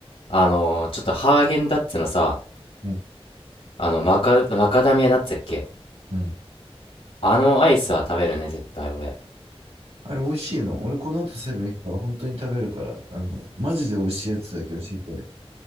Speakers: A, on the left (about 75°); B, on the right (about 80°).
A: の、ちょっとハーゲンダッツのさ、
B: うん、
A: あの、マカ、マカダミアナッツやっけ
B: うん。
A: あのアイスは食べるね、絶対俺。
B: あれ美味しいの俺この後セブン行くから本当に食べるから、あの、マジで美味しいやつだけ教えてね。